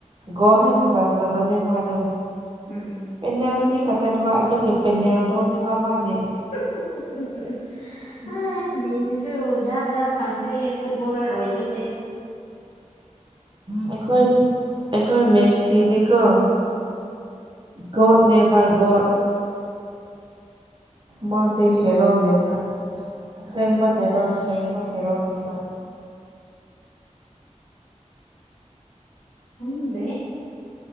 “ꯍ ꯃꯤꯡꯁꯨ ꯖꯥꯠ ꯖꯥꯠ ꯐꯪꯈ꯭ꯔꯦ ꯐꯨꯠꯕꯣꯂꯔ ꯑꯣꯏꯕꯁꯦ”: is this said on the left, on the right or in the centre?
Left